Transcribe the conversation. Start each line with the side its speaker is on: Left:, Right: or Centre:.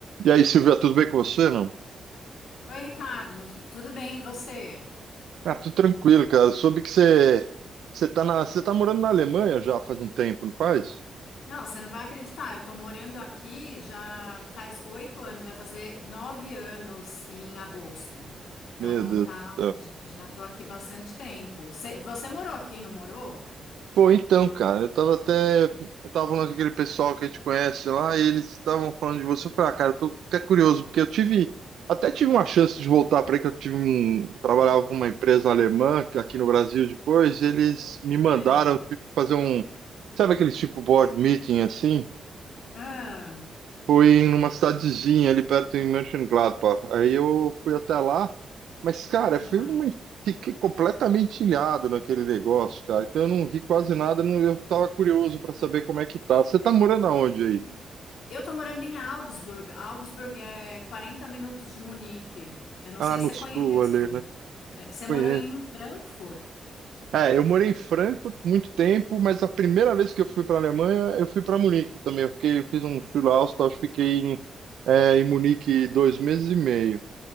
Right: E aí, Silvia, tudo bem com você, não?
Left: Oi, Ricardo, tudo bem? E você?
Right: Ah, tudo tranquilo, cara. Soube que você você tá na, você tá morando na Alemanha já faz um tempo, não faz?
Left: Não, você não vai acreditar. Eu tô morando aqui já faz oito anos, vai fazer nove anos em agosto. Então,
Right: Meu Deus
Left: tá,
Right: do céu.
Left: j- já tô aqui bastante tempo. Você, você morou aqui, não morou?
Right: Pô, então, cara, eu tava até eu tava falando com aquele pessoal que a gente conhece lá, e eles estavam falando de você. Eu falei, ah, cara, eu tô até curioso, porque eu tive até tive uma chance de voltar para aí que eu tive um trabalhava com uma empresa alemã que- aqui no Brasil depois, e eles me mandaram
Left: Sei.
Right: tipo, fazer um, sabe aqueles tipo board meeting assim?
Left: Ah,
Right: Foi numa cidadezinha ali perto em Mönchengladbach. Aí eu fui até lá, mas, cara,
Left: aham.
Right: foi uma... fiquei completamente ilhado naquele negócio, cara. Então eu não vi quase nada, não... eu tava curioso pra saber como é que tá. Você tá morando aonde aí?
Left: Sim. Eu tô morando em Augsburg. Augsburg é 40 minutos de Munique. Eu não
Right: Ah,
Left: sei
Right: no
Left: se você
Right: sul
Left: conhece.
Right: ali, né?
Left: É, Você morou
Right: Conheço.
Left: em Frankfurt?
Right: É, eu morei em Frankfurt muito tempo, mas a primeira vez que eu fui pra Alemanha, eu fui para Munique também. Eu fiquei, eu fiz um Schulaustaus, fiquei em, é, em Munique dois meses e meio.